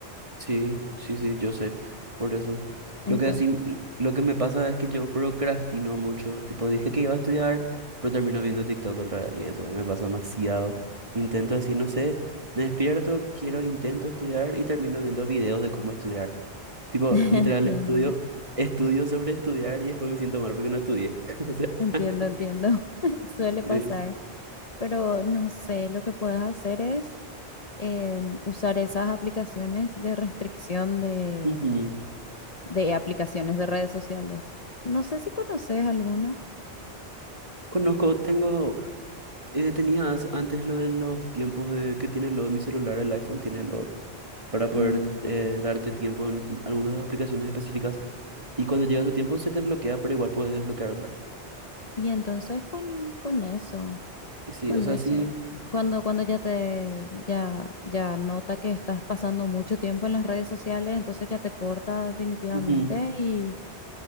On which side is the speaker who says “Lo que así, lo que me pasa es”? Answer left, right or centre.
Right